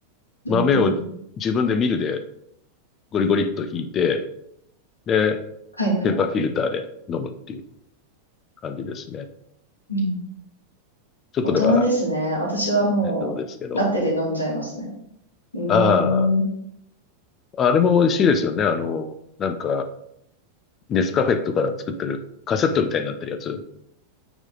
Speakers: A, on the left; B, on the left.
A: うん。
B: 豆を自分でミルでゴリゴリっとひいて、で、
A: はいはい。
B: ペーパーフィルターで飲むっていう感じですね。
A: うん。
B: ちょっとだから
A: 大人ですね。私はもう、
B: 面倒ですけど。
A: ラテで飲んじゃいますね。うー
B: あ
A: ん。
B: あ、あれも美味しいですよね。あの、なんか、ネスカフェとか作ってるカセットみたいになってるやつ。